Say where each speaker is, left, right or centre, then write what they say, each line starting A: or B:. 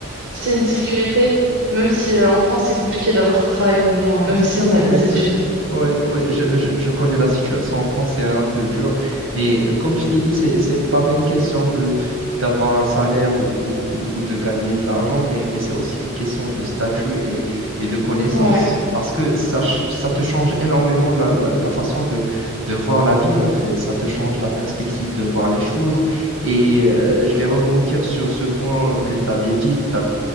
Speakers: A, on the right; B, on the right.
A: c'est une sécurité, même si euh, en France c'est compliqué d'avoir un travail maintenant,
B: Exactement,
A: même si t'as
B: mais
A: des études.
B: Ouais, ouais, je, je, je connais la situation en France, c'est un peu dur, mais euh, comme je t'ai dit, c'est, c'est pas même question de d'avoir un salaire ou, ou, ou- ou de gagner de l'argent, mais, mais c'est aussi une question de statut et, et de connaissance,
A: Ouais.
B: parce que ça, ch- ça te change énormément la, la, la façon de, de voir la vie, en fait, ça te change la perspective de voir les choses, et euh, je vais rebondir sur ce point que tu avais dit,